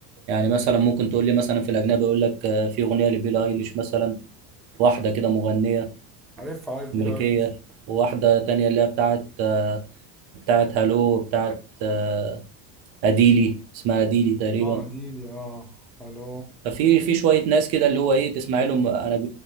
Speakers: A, on the right; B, in the centre.
A: يعني مثلا ممكن تقول لي مثلا في الأجنبي يقول لك آه، في أغنية لبيلي أيليش مثلا واحدة كده مغنية
B: عارف عارف
A: أمريكية
B: بيلي ايليش
A: وواحدة تانية اللي هي بتاعت آه، بتاعت هالو بتاعت آه، اديلي اسمها اديلي تقريبا
B: اه دي دي اه الو
A: ففي في شويه ناس كده اللي هو ايه تسمع لهم انا ب...